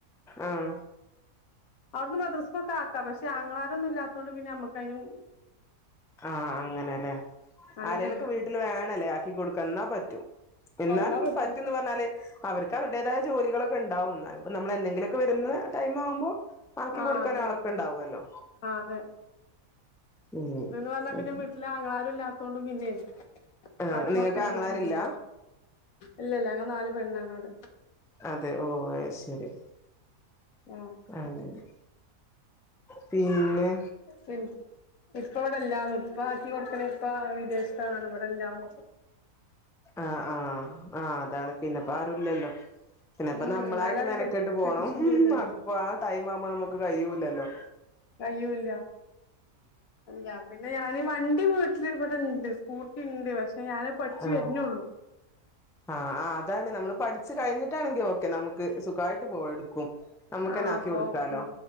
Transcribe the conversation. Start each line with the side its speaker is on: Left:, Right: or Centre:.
Centre: ആഹ്
Left: അവിടുന്ന് മദ്രസ്‌കൊക്കെ ആക്ക പക്ഷെ ആങ്ങളാരൊന്നും ഇല്ലാതോണ്ട് പിന്നെ നമ്മക്കായിനും
Centre: ആഹ് അങ്ങനെല്ലേ
Left: അങ്ങനെണ്ട്
Centre: അരലൊക്കെ വീട്ടില് വേണല്ലേ ആക്കി കൊടുക്കാന് ന്നാ പറ്റൂ ന്നാലും
Left: എന്നാ പറ്റും
Centre: പറ്റന്ന് പറഞ്ഞാല് അവർക്ക് അവരുടേതായ ജോലികളൊക്കെ ഇണ്ടാവും എന്നാലും ഇപ്പൊ നമ്മൾ എന്നെങ്കിലുമൊക്കെ വരുന്ന ടൈം ആവുമ്പോ ആക്കി
Left: ആഹ്
Centre: കൊടുക്കാന്
Left: അതെ
Centre: ആളൊക്കെ ഉണ്ടാവല്ലോ
Left: ആഹ് അതെ
Centre: ഉം
Left: ഇതിന്ന് വന്നാ
Centre: ശരി
Left: പിന്നെ വീട്ടില് ആങ്ങളാരും ഇല്ലാത്തോണ്ടു പിന്നെ
Centre: ആഹ്
Left: ആക്കി കൊടുക്കാനെങ്കിലും
Centre: നിങ്ങൾക്ക് ആങ്ങളാരില്ല
Left: ബുദ്ധിമുട്ടാ ഇല്ല ഇല്ല നമ്മള് നാല് പെണ്ണ അവ്ടെ
Centre: അതെ ഓ ആയിശേരി
Left: ആഹ്
Centre: അങ്ങനെ പിന്നെ
Left: പി ഇപ്പ ഇവിടെല്ലാണും ഇപ്പ ആക്കി കൊടുക്കണ ഇപ്പ വിദേശത്താാണ് ഇവിടെല്ലനും
Centre: ആഹ് ആ ആ അതാണ് പിന്നെപ്പ ആരുല്ലല്ലോ പിന്നെപ്പൊ
Left: ഉം
Centre: നമ്മളായിട്ട്
Left: നാലാളീം
Centre: മെനക്കെട്ട്
Left: കെ
Centre: പോണം
Left: കെട്ടിച്ചും ചെയ്ത്ണ്
Centre: അതിപ്പോ ആ ടൈം ആവുമ്പോ നമുക്ക് കയൂല്ലല്ലോ
Left: കയ്യൂല്ല അല്ല പിന്നെ ഞൻ വണ്ടി വീട്ടില് ഇവിടെണ്ട് സ്കൂട്ടി ഇണ്ട് പക്ഷെ ഞാനത് പഠിച്ചു
Centre: ആഹ്
Left: വരുനൊള്ളൂ
Centre: ആഹ് ആ അതാണെ നമ്മള് പഠിച്ച് കഴിഞ്ഞിട്ടാണെങ്കിൽ ഓക്കെ നമുക്ക് സുഗായിട്ട് പോയട ക്കും നമുക്കന്നെ
Left: ആഹ്
Centre: ആക്കി
Left: പോവും
Centre: കൊടുക്കാലോ